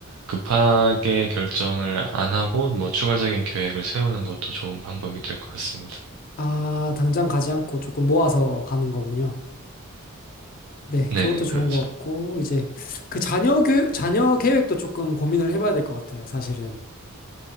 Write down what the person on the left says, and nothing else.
아, 당장 가지 않고 조금 모아서 가는 거군요. 네,
그것도 좋은
것 같고, 이제 그 자녀 교 자녀 계획도 조금 고민을 해봐야 될 것 같아요, 사실은.